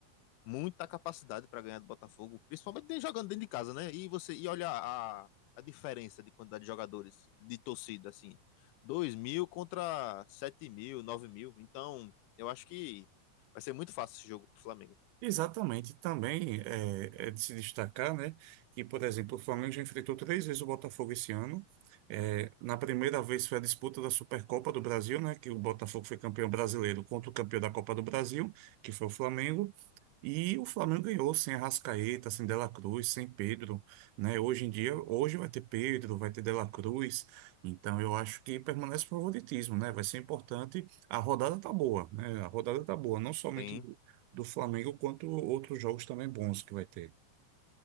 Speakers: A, on the left; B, on the right.
A: muita capacidade para ganhar do Botafogo, principalmente jogando dentro de casa, né? E você e olha a, a diferença de quantidade de jogadores, de torcida, assim, 2 mil contra 7 mil, 9 mil. Então, eu acho que vai ser muito fácil esse jogo pro Flamengo.
B: Exatamente, também é, é de se destacar, né, que, por exemplo, o Flamengo já enfrentou três vezes o Botafogo esse ano. É, na primeira vez foi a disputa da Supercopa do Brasil, né, que o Botafogo foi campeão brasileiro contra o campeão da Copa do Brasil, que foi o Flamengo. E o Flamengo ganhou sem Arrascaeta, sem Dela Cruz, sem Pedro, né? Hoje em dia, hoje vai ter Pedro, vai ter Dela Cruz, então eu acho que permanece o favoritismo, né? Vai ser importante. A rodada tá boa, né? A rodada tá boa, não somente
A: Tem.
B: do, do Flamengo, quanto outros jogos também bons que vai ter.